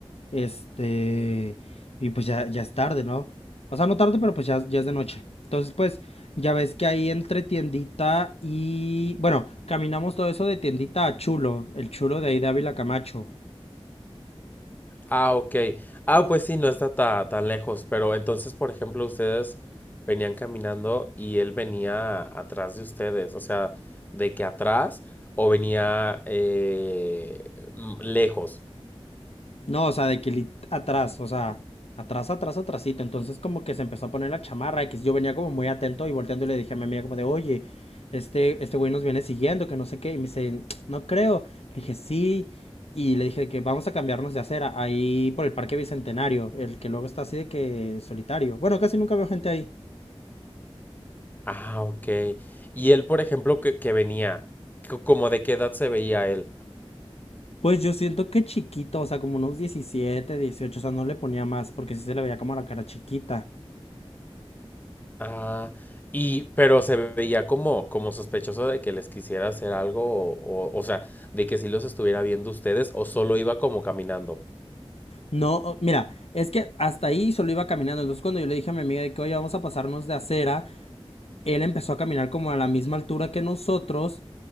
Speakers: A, on the left (about 75°); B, on the left (about 15°).
A: Este, y pues ya, ya es tarde, ¿no? O sea, no tarde, pero pues ya, ya es de noche. Entonces, pues, ya ves que ahí entre tiendita y, bueno, caminamos todo eso de tiendita a Chulo, el Chulo de ahí de Ávila Camacho.
B: Ah, ok. Ah, pues sí, no está ta- tan lejos. Pero entonces, por ejemplo, ustedes venían caminando y él venía atrás de ustedes. O sea, ¿de que atrás o venía eh, mm, lejos?
A: No, o sea, de que lit- atrás, o sea, atrás, atrás, atrásito. Entonces como que se empezó a poner la chamarra y que yo venía como muy atento y volteando y le dije a mi amiga como de, oye, este, este güey nos viene siguiendo, que no sé qué. Y me dice, no creo. Le dije, sí. Y le dije que vamos a cambiarnos de acera ahí por el Parque Bicentenario, el que luego está así de que solitario. Bueno, casi nunca veo gente ahí.
B: Ah, ok. Y él, por ejemplo, que, que venía, co- ¿como de qué edad se veía él?
A: Pues yo siento que chiquito, o sea, como unos 17, 18. o sea, no le ponía más porque sí se le veía como la cara chiquita.
B: Ah, y, pero se veía como, como sospechoso de que les quisiera hacer algo, o, o, o sea, de que si los estuviera viendo ustedes, o solo iba como caminando.
A: No, mira, es que hasta ahí solo iba caminando. Entonces, cuando yo le dije a mi amiga de que, oye, vamos a pasarnos de acera, él empezó a caminar como a la misma altura que nosotros